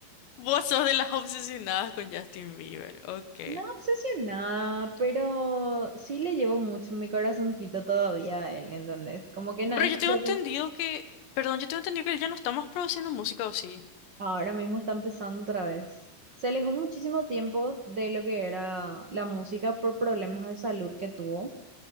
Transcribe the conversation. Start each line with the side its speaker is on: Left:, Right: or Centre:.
Left: vos sos de las obsesionadas con Justin Bieber, ok.
Right: No obsesionada, pero sí le llevo mucho en mi corazoncito todavía a él, ¿entendés? Como que no,
Left: Pero
Right: es
Left: yo
Right: tampoco,
Left: tengo entendido que, perdón, yo tengo entendido que él ya no está más produciendo música, ¿o sí?
Right: ahora mismo está empezando otra vez. Se alejó muchísimo tiempo de lo que era la música por problemas de salud que tuvo